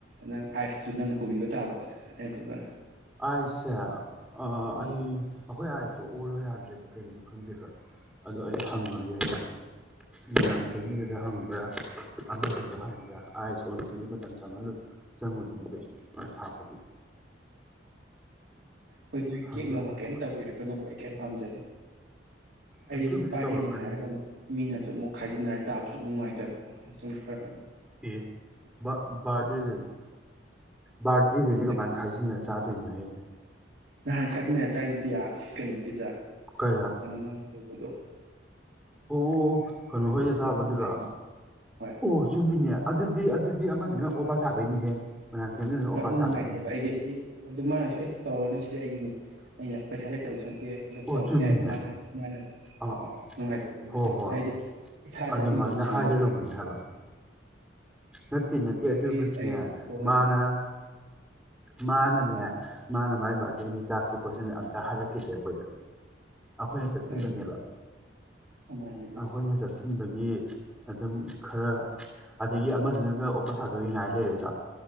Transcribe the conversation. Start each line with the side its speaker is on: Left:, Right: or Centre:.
Right: ꯅꯪ꯫ ꯑꯥꯏꯁꯇꯨ ꯅꯪꯅ ꯄꯨꯕꯤꯕ ꯇꯥꯕ ꯑꯗꯨꯒ
Centre: ꯑꯥꯏꯁꯦ ꯑꯥ
Right: ꯎꯝ
Centre: ꯑꯩ꯫ ꯑꯩꯈꯣꯏ ꯑꯥꯏꯁꯇꯨ ꯑꯣꯜꯂꯣ ꯌꯥꯗ꯭ꯔꯦꯕ ꯀꯩꯒꯤꯅꯣ ꯈꯪꯗꯦꯕ ꯑꯗꯨꯗꯣ ꯑꯩ ꯍꯪꯉꯒꯦ ꯃꯣꯏꯔꯥꯡꯊꯦꯝꯒꯤꯗꯨꯗ ꯍꯪꯕ꯭ꯔꯥ ꯑꯃꯗꯨꯗ ꯍꯪꯕ꯭ꯔꯥ ꯑꯥꯏꯁ ꯑꯣꯟꯕꯗꯨꯗꯤ ꯃꯇꯝ ꯆꯪꯍꯜꯂꯨ ꯆꯪꯉꯨꯗꯣꯏꯅꯦ
Right: ꯎꯝ
Centre: ꯍꯥꯞꯄꯗꯨ
Right: ꯍꯣꯏ ꯅꯣꯏ ꯀꯦꯛ
Centre: ꯍꯪꯉꯒꯦ
Right: ꯅꯨꯡꯒ ꯀꯦꯝ ꯇꯧꯕꯤꯔꯛꯀꯅꯨꯀꯣ ꯑꯩ ꯀꯩ ꯄꯥꯝꯖꯗꯦ꯫ ꯑꯩꯗꯤ
Centre: ꯑꯗꯨꯕꯨꯗꯤ
Right: ꯕꯥꯔꯗꯦꯅꯦ
Centre: ꯇꯧꯔꯛꯀꯅꯤ
Right: ꯍꯥꯏꯔꯒ ꯑꯃꯨꯛ ꯃꯤꯅꯁꯨ ꯑꯃꯨꯛ ꯈꯥꯏꯖꯤꯟꯅ꯫ ꯆꯥꯕꯁꯨ ꯅꯨꯡꯉꯥꯏꯇꯕꯀꯣ ꯁꯨꯝ ꯈꯔ ꯀꯩ꯫
Centre: ꯑꯦ ꯕꯥꯔꯗꯦꯗ ꯕꯥꯔꯗꯦꯗꯗꯤ
Right: ꯑꯗꯨꯒꯤ
Centre: ꯀꯃꯥꯏ ꯈꯥꯏꯖꯤꯟꯅꯔ ꯆꯥꯗꯣꯏꯅꯣꯍꯦ
Right: ꯅꯍꯥꯟ ꯈꯥꯏꯖꯤꯟꯅ ꯆꯥꯏꯗꯨꯗꯤ ꯑꯥ ꯀꯩꯅꯣꯒꯤꯗ
Centre: ꯀꯔ
Right: ꯑꯃꯥꯡꯒꯤ ꯎꯗꯣ
Centre: ꯑꯣ ꯀꯩꯅꯣ ꯍꯣꯏꯗ ꯆꯥꯕꯗꯨꯔ
Right: ꯅꯨꯡꯉꯥꯏꯇꯦꯕ ꯍꯣꯏ
Centre: ꯑꯣ ꯆꯨꯝꯃꯤꯅꯦ ꯑꯗꯨꯗꯤ ꯑꯗꯨꯗꯤ ꯑꯃ ꯅꯪ ꯑꯣꯕꯥ ꯁꯥꯕꯩꯅꯤꯍꯦ꯫ ꯃꯣꯏꯔꯥꯡꯊꯦꯝꯗꯨꯅ ꯑꯣꯄꯥ
Right: ꯍꯣꯏ ꯑꯗꯨ
Centre: ꯁꯥꯕꯩꯅꯦ
Right: ꯅꯨꯡꯉꯥꯏꯇꯦꯕ ꯑꯩꯗꯤ ꯑꯩ ꯑꯗꯨ ꯃꯅꯁꯨ ꯑꯦ ꯇꯧꯔꯅꯨ ꯑꯩꯒꯤꯅꯤ ꯑꯩꯅ ꯄꯩꯁꯥ ꯂꯩꯇꯕꯁꯨ꯫ ꯇꯦ ꯑꯗꯨꯝ
Centre: ꯑꯣ
Right: ꯇꯧꯕ
Centre: ꯆꯨꯝꯃꯤꯅꯦ
Right: ꯌꯥꯏꯑꯕ ꯃꯥꯅ ꯃꯥꯅ
Centre: ꯑꯥ ꯑꯥ
Right: ꯅꯨꯡꯉꯥꯏꯇꯕ ꯑꯗꯨꯃꯥꯏꯅ
Centre: ꯍꯣꯏ
Right: ꯇꯧꯕꯗꯣ
Centre: ꯍꯣꯏ
Right: ꯍꯥꯏꯗꯤ ꯏꯁꯥꯗ
Centre: ꯑꯗꯨꯃꯥꯏꯅ
Right: ꯏꯃꯣꯟ ꯁꯦꯡꯅꯗꯕ
Centre: ꯍꯥꯏꯒꯗꯧꯕꯅꯤ
Right: ꯍꯥꯏꯕꯗꯣ꯫
Centre: ꯍꯥꯏꯕ ꯅꯠꯇꯦ ꯅꯠꯇꯦ ꯑꯗꯨꯕꯨꯗꯤꯅꯦ
Right: ꯑꯩ ꯑꯩ ꯗꯤꯄꯨꯊꯣꯛꯑꯒꯦ
Centre: ꯃꯥꯅ ꯃꯥꯅꯅꯦ꯫ ꯃꯥꯅ ꯃꯥꯏ ꯕꯥꯔꯗꯦꯅꯦ ꯆꯥꯁꯦ ꯈꯣꯠꯁꯤꯅ ꯑꯃꯇ ꯍꯥꯏꯔꯛꯈꯤꯗꯦ ꯑꯩꯈꯣꯏꯗ꯫ ꯑꯩꯈꯣꯏꯅ ꯆꯠꯁꯤꯟꯕꯅꯦꯕ
Right: ꯍꯣꯏ ꯑꯗꯨꯃꯥꯏꯅ ꯑꯗꯨꯒꯤ
Centre: ꯑꯩꯈꯣꯏꯅ ꯆꯠꯁꯤꯟꯕꯒꯤ꯫ ꯑꯗꯨꯝ ꯈꯔ ꯑꯗꯒꯤ꯫ ꯑꯃꯗꯨꯅꯒ ꯑꯣꯄ ꯁꯥꯗꯔꯤ ꯉꯥꯏ ꯂꯩꯔꯦꯗ